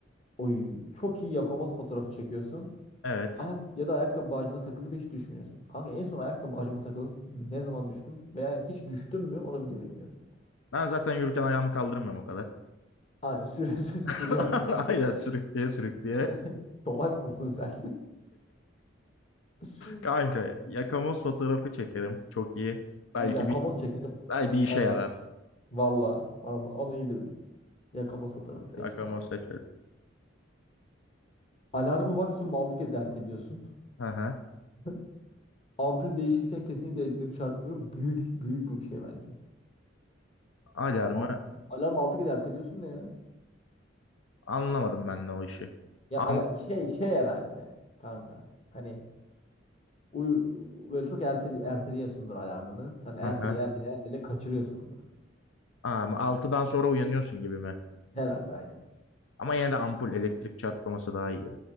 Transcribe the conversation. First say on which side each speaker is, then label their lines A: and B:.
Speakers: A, on the left; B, on the left.
A: Oy çok iyi Yakomaz fotoğrafı çekiyorsun.
B: Evet.
A: Ayak ya da ayakkabı bağcığına takılıp hiç düşmüyorsun. Kanka en son ayakkabı bağcığıma takılıp ne zaman düştüm veya hiç düştüm mü onu bile bilmiyorum.
B: Ben zaten yürürken ayağımı kaldırmıyorum o kadar.
A: Aynen sür <laughs> sür- sürüyorsun.
B: <laughs> Aynen sürükleye sürükleye.
A: <laughs> Çolak mısın sen? <laughs>
B: Kanka yakamoz fotoğrafı çekerim. Çok iyi. Belki
A: Yakomaz
B: bir
A: çekelim.
B: belki bir işe
A: Aynen.
B: yarar.
A: Valla valla onu iyi dedin. Yakomaz fotoğrafı seçtim
B: Yakamoz
A: abi.
B: seçerim.
A: Alarmı maksimum 6 kez erteliyorsun.
B: Hı hı.
A: <laughs> Ampul değişirken kesinlikle elektrik çarpmıyor. Büyük büyük bir şey bence.
B: Alarmı
A: A- Alarm 6 kez erteliyorsun ne ya?
B: anlamadım ben de o işi.
A: Ya
B: Am
A: ala- şey şey herhalde kanka. Hani uy böyle çok erteli erteliyorsundur alarmını. Hani erteli
B: hı hı.
A: erteli erteli kaçırıyorsundur.
B: Am 6'dan sonra uyanıyorsun gibi mi?
A: Herhalde aynı.
B: Ama yine de ampul elektrik çarpmaması daha iyi.